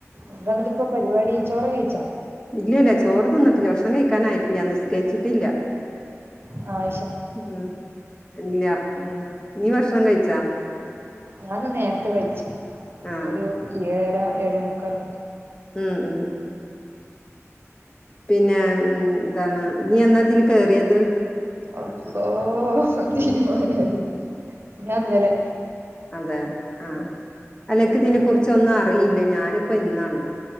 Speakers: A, on the right (about 45°); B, on the left (about 15°).
A: എന്താന്നിട്ട് ഇപ്പോ പരിപാടി ചോറ് കഴിച്ചാ
B: ഇല്ലല്ല ചോറ് തിന്നിട്ടില്ല ഭക്ഷണം കഴിക്കാനായിട്ടില്ല നിസ്കരിച്ചിട്ടില്ല
A: ആ
B: ഉം ഇല്ല നീ ഭക്ഷണം കഴിച്ചാ
A: ഞാനിന്ന് നേരത്തെ കഴിച്ചു
B: ആ
A: ഒരു ഏഴര ഏയെ മുക്കാൽനൊക്കെ
B: ഉം ഉം പിന്നെ ഉം എന്താണ് നീ എന്നാതിൽ കേറിയത്
A: അല്ലോഹ് തീരുമാനമായി ഞാൻ ഇന്നലെ
B: അതെ ആ അല്ലക്ക് ഇതിനെ കുറിച്ച് ഒന്നും അറിയില്ല ഞാനിപ്പോ ഇന്നാണ്